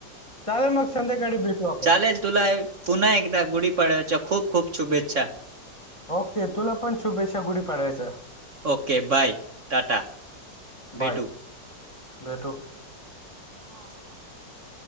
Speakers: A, on the left; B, on the right.
A: चाललं मगं संध्याकाळी भेटू आप
B: लेल तुला एक पुन्हा एकदा गुढीपाडव्याच्या खूप खूप शुभेच्छा!
A: ओके, तुला पण शुभेच्छा गुढी पाडव्याच्या.
B: ओके, बाय, टाटा, भेटु
A: बाय भेटू
B: या बाबां. <inaudible>